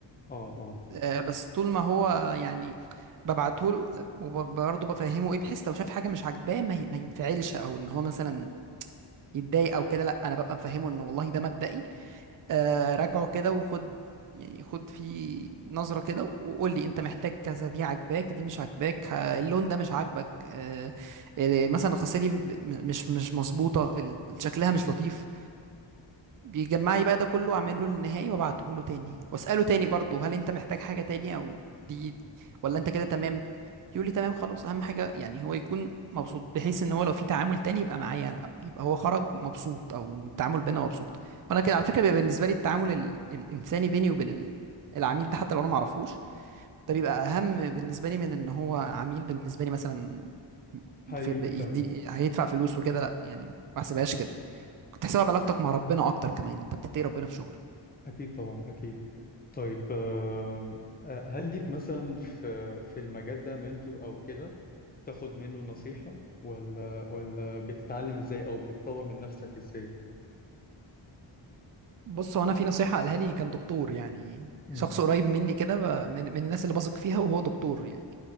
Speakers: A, on the left (about 20°); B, on the right (about 45°).
A: اه اه
B: أه بس طول ما هو يعني ببعته له وبرضه بفهمه ايه بحيث لو شاف حاجه مش عاجباه ما ي- ما ينفعلش او ان هو مثلا يتضايق او كده لا انا ببقى مفهمه ان والله ده مبدئي آه راجعه كده وخد يعني خد فيه نظرة كده وقول لي انت محتاج كذا دي عاجباك دي مش عاجباك ه- اللون ده مش عاجبك آه آه، مثلا الخاصية دي ب- م- مش مش مظبوطة ال- شكلها مش لطيف بيجمع لي بقى ده كله واعمل له النهائي وابعته له تاني واساله تاني برضه هل انت محتاج حاجه تاني او دي, دي ولا انت كده تمام يقول لي تمام خلاص اهم حاجه يعني هو يكون مبسوط بحيث ان هو لو في تعامل تاني يبقى معايا انا يبقى هو خرج مبسوط او التعامل بينا مبسوط وانا كده على فكره بيبقى بالنسبه لي التعامل ال... الانساني بيني وبين ال... العميل ده حتى لو انا ما اعرفوش ده بيبقى اهم بالنسبه لي من ان هو عميل بالنسبه لي مثلا
A: حقيقي
B: في... بيدي-
A: فعلا
B: هيدفع فلوس وكده لا يعني ما بحسبهاش كده كنت حساب علاقتك مع ربنا اكتر كمان انت بتتقي ربنا في شغلك
A: أكيد طبعا أكيد طيب آم، آه، هل ليك مثلا في في المجال ده منتور او كده تاخد منه نصيحة ولا ولا بتتعلم ازاي او بتطور من نفسك ازاي
B: بص هو انا في نصيحه قالها لي كان دكتور يعني
A: امم
B: شخص قريب مني كده ب- من, من الناس اللي بثق فيها وهو دكتور يعني